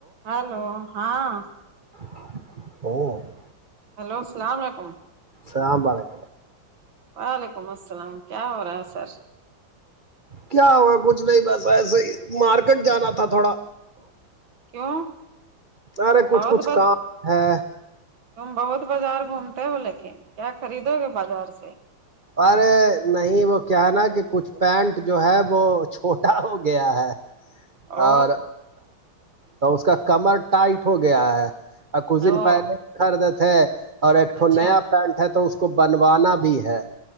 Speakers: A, on the right (about 75°); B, on the right (about 35°).
A: Hello ہاں
B: ا
A: hello السلام علیکم
B: س ب لک
A: وعلیکم السلام کیا ہو رہا ہے سر
B: کیا ہوا کچھ نہیں بس ایسے ہی مارکیٹ جانا تھا تھوڑا
A: کیوں
B: ارے کچھ
A: بہت
B: کچھ
A: ب
B: کام ہے
A: تم بہت بازار گھومتے ہو لیکن کیا خریدو گے بازار سے
B: ارے نہیں وہ کیا ہے نا کہ کچھ پینٹ جو ہے وہ چھوٹا ہو گیا ہے
A: او
B: اور تو اس کا کمر ٹائٹ ہو گیا ہے اور کچھ دن
A: او
B: پہلے خریدتےے اور ایکٹھ
A: اچھا
B: نیا پینٹ ہے تو اس کو بنوانا بھی ہے